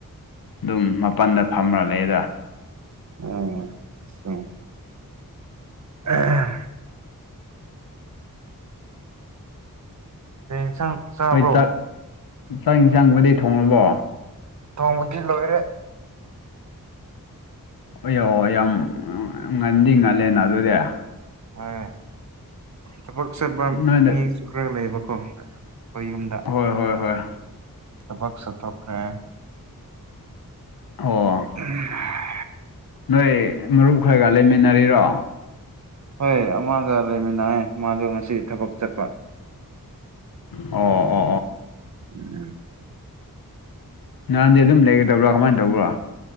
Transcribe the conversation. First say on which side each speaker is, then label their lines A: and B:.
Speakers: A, on the left (about 75°); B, on the right (about 50°).
A: ꯑꯗꯨꯝ ꯃꯄꯥꯜꯗ ꯐꯝꯃ ꯂꯩꯗ
B: ꯎꯝ <unintelligible> ꯑꯥ ꯀꯩ ꯏꯟꯁꯥꯡ ꯆꯥꯕ꯭ꯔꯣ
A: ꯍꯣꯏ ꯆꯥꯛ ꯆꯥꯛ ꯌꯦꯟꯁꯥꯡꯕꯨꯗꯤ ꯊꯣꯡꯉꯕꯣ
B: ꯊꯣꯡꯕꯗꯤ ꯂꯣꯏꯔꯦ
A: ꯑꯌꯣ ꯌꯥꯝ ꯉꯟꯗꯤ ꯉꯜꯂꯦꯅ ꯑꯗꯨꯗꯤ
B: ꯑꯥ ꯊꯕꯛ ꯆꯠꯄ
A: ꯅꯣꯏꯅ
B: ꯃꯤ ꯈꯔ ꯂꯩꯌꯦꯕꯀꯣ ꯑꯩꯈꯣꯏ ꯌꯨꯝꯗ
A: ꯍꯣꯏ ꯍꯣꯏ ꯍꯣꯏ
B: ꯊꯕꯛ ꯆꯠꯊꯣꯛꯈ꯭ꯔꯦ
A: ꯑꯣ
B: ꯎꯝ
A: ꯅꯣꯏ ꯃꯔꯨꯞ ꯈꯔꯒ ꯂꯩꯃꯤꯟꯅꯔꯤꯔꯣ
B: ꯍꯣꯏ ꯑꯃꯒ ꯂꯩꯃꯤꯟꯅꯑꯦ ꯃꯥꯗꯣ ꯉꯁꯤ ꯊꯕꯛ ꯆꯠꯄ
A: ꯑꯣ ꯑꯣ
B: ꯎꯝ
A: ꯅꯥꯟꯗꯤ ꯑꯗꯨꯝ ꯂꯩꯒꯗꯕ꯭ꯔꯥ ꯀꯃꯥꯏꯅ ꯇꯧꯕ꯭ꯔꯣ